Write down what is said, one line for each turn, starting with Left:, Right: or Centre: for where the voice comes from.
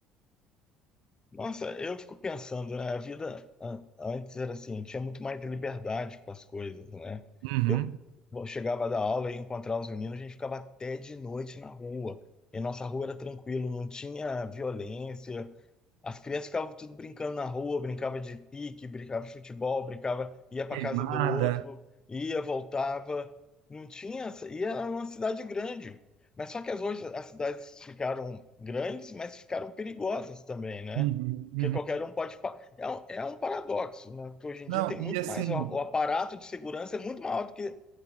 Left: Nossa, eu fico pensando, né? A vida an- antes era assim, tinha muito mais liberdade com as coisas, né?
Right: Uhum.
Left: Eu chegava da aula e encontrava os meninos, a gente ficava até de noite na rua. E nossa rua era tranquilo, não tinha violência, As crianças ficavam tudo brincando na rua, brincava de pique, brincava de futebol, brincava, ia para
Right: Queimada.
Left: casa do outro, ia, voltava. Não tinha, essa- e era uma cidade grande. Mas só que as, hoje as cidades ficaram grandes, mas ficaram perigosas também, né?
Right: Uhum, uhum.
Left: Porque qualquer um pode. pa- É um, é um paradoxo, né? Porque hoje em
Right: Não,
Left: dia tem
Right: e
Left: muito
Right: assim,
Left: mais. O, o aparato de segurança é muito maior do que